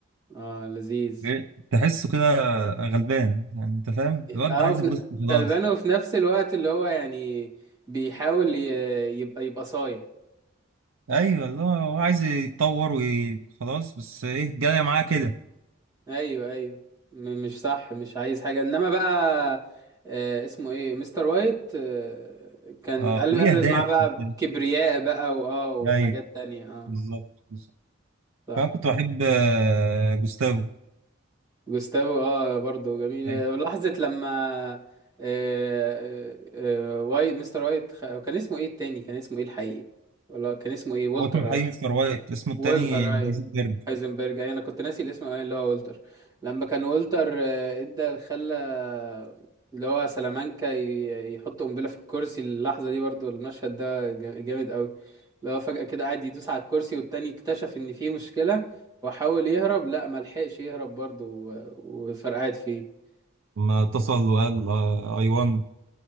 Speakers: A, on the right; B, on the right.
A: اه لذيذ
B: إيه؟ تحسه كده غلبان يعني انت فاهم الواد
A: اه
B: ده عايز
A: وفي
B: يتبسط
A: ن-
B: خلاص
A: غلبان وفي نفس الوقت اللي هو يعني بيحاول ي- يبقى يبقى صايع
B: ايوه اللي هو هو عايز يتطور وخلاص بس ايه جايه معاه كده
A: ايوه ايوه م- مش صح مش عايز حاجه انما بقى آه اسمه ايه مستر وايت آه كان
B: اه
A: قلب
B: ليه
A: قلبت
B: اهداف
A: معاه بقى
B: وبتاع.
A: كبرياء بقى واه وحاجات
B: ايوه
A: تانية اه
B: بالظبط بالظبط
A: صح
B: فانا كنت بحب آه، جوستافو
A: جوستافو اه برضه جميل آه،
B: ايوه
A: لحظه لما آه آه وايت مستر وايت خ... كان اسمه ايه التاني كان اسمه ايه الحقيقي ولا كان اسمه ايه والتر
B: هو اسمه الحقيقي
A: اه
B: مستر وايت اسمه التاني
A: والتر
B: هايزنبرج
A: ايوه هايزنبرج ايوه انا كنت ناسي الاسم ايوه اللي هو والتر لما كان والتر آه، ادى خلى آه، اللي هو سلامانكا ي- يحط قنبله في الكرسي اللحظه دي برضو المشهد ده جا- جامد قوي اللي هو فجاه كده قاعد يدوس على الكرسي والتاني اكتشف ان فيه مشكله وحاول يهرب لا ما لحقش يهرب برضو و- وفرقعت فيه
B: لما اتصل وقال اي وان